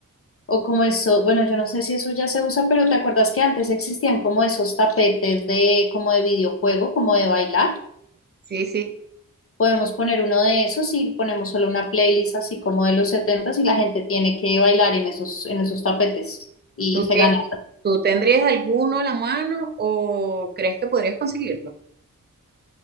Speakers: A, on the left; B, on the right.
A: O como eso, bueno, yo no sé si eso ya se usa, pero ¿te acuerdas que antes existían como esos tapetes de como de videojuego, como de bailar?
B: Sí, sí.
A: Podemos poner uno de esos y ponemos solo una playlist así como de los setentas y la gente tiene que bailar en esos, en esos tapetes y
B: ¿Tú,
A: se
B: tie-
A: gana.
B: ¿Tú tendrías alguno a la mano o crees que podrías conseguirlo?